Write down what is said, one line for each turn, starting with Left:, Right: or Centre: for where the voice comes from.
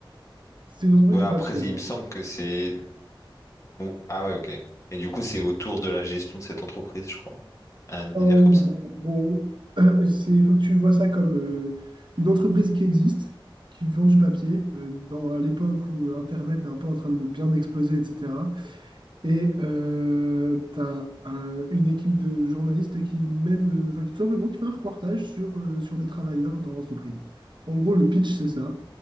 Right: c'est une entreprise
Left: ouais
Right: de
Left: après
Right: papier.
Left: il
Right: hein.
Left: me semble que c'est Ou- Ah ouais, ok. Et du coup, c'est autour de la gestion de cette entreprise, je crois. Un délire
Right: En gros,
Left: comme ça.
Right: <clears throat> c'est, il faut que tu vois ça comme euh, une entreprise qui existe, qui vend du papier, euh, dans, à l'époque où euh, Internet est un peu en train de bien exploser, etc. Et euh, tu as une équipe de journalistes qui mène, euh, enfin, qui, tout simplement qui fait un reportage sur, euh, sur des travailleurs dans l'entreprise. En gros, le pitch, c'est ça.